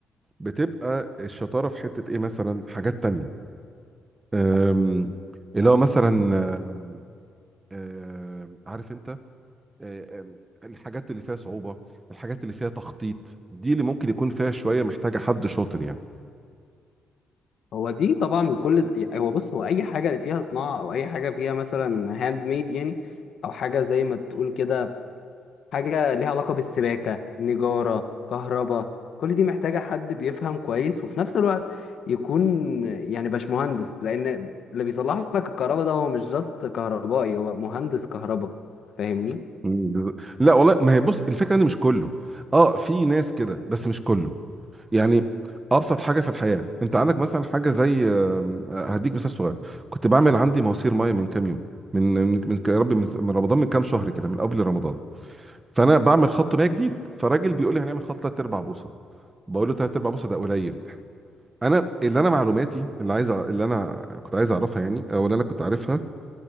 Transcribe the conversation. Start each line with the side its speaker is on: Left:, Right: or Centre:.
Right: بتبقى الشطاره في حته ايه مثلا حاجات تانية أم، اللي هو مثلا أم، أم، عارف انت أم، الحاجات اللي فيها صعوبه الحاجات اللي فيها تخطيط دي اللي ممكن يكون فيها شويه محتاجه حد شاطر يعني
Left: هو دي طبعا كل ده يعني هو بص هو أي حاجة فيها صناعة أو أي حاجة فيها مثلا هاند ميد يعني أو حاجة زي ما تقول كده حاجة ليها علاقة بالسباكة نجارة كهرباء كل دي محتاجة حد بيفهم كويس وفي نفس الوقت يكون يعني باشمهندس لأن اللي بيصلح لك الكهرباء ده هو مش جاست كهربائي هو مهندس كهرباء فاهمني
Right: مم، بز- لا والله ما هي بص الفكره ان مش كله اه في ناس كده بس مش كله يعني ابسط حاجه في الحياه انت عندك مثلا حاجه زي آم، هديك مثال صغير كنت بعمل عندي مواسير ميه من كام يوم من من من يا ربي من من رمضان من كام شهر كده من قبل رمضان فانا بعمل خط ميه جديد فراجل بيقول لي هنعمل خط 3 ارباع بوصه بقول له 3 ارباع بوصه ده قليل انا اللي انا معلوماتي اللي عايز أع- اللي انا كنت عايز اعرفها يعني او اللي انا كنت عارفها